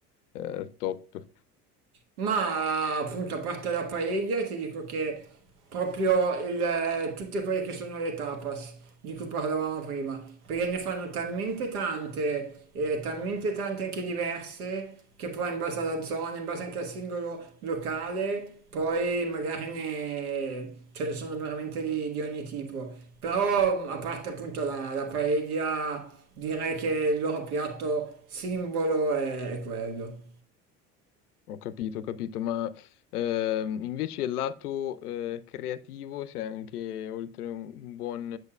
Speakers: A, on the left; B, on the right.
A: eh, il top.
B: Ma appunto, a parte la paella, ti dico che proprio il- tutte quelle che sono le tapas di cui parlavamo prima, perché ne fanno talmente tante, e talmente tante anche diverse, che poi in base alla zona, in base anche al singolo locale, poi magari ne, ce ne sono veramente di, di ogni tipo. Però a parte appunto la, la paella, direi che il loro piatto simbolo è è quello.
A: Ho capito, ho capito, ma ehm, invece il lato eh, creativo, se anche oltre un buon,